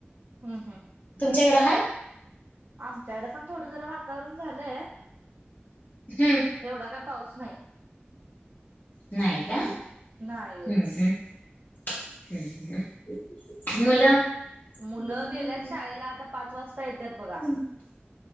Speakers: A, on the right; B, on the left.
A: हम् हम्
B: <unintelligible>
A: आमच्याकडं पण थोडं जरा वातावरण झालंय
B: हम्म
A: एवढा काय पाऊस नाही
B: नाही का हम्म
A: नाही होय
B: हम् हम्म मुलं <inaudible>
A: मुलं गेल्यात शाळेला आता पाच वाजता येतात
B: <inaudible>
A: बघा